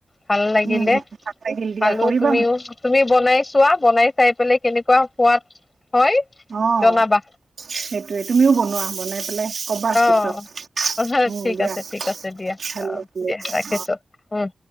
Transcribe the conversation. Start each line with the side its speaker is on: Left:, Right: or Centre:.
Left: ভাল লাগিলে
Right: উম উম ভাল লাগিল দিয়া
Left: পালো
Right: কৰিবা
Left: তুমিও তুমিও বনাই চোৱা বনাই চাই পেলে কেনেকুৱা সোৱাদ হয়
Right: অ'
Left: জনাবা
Right: সেইটোয়ে, তুমিও বনোৱা বনাই পেলাই কবা
Left: অ'
Right: পিছত
Left: <unintelligible>
Right: উম
Left: ঠিক
Right: দিয়া
Left: আছে ঠিক আছে দিয়া
Right: ভাল
Left: অ'
Right: লাগিলে
Left: দিয়া ৰাখিছো
Right: অ
Left: উম।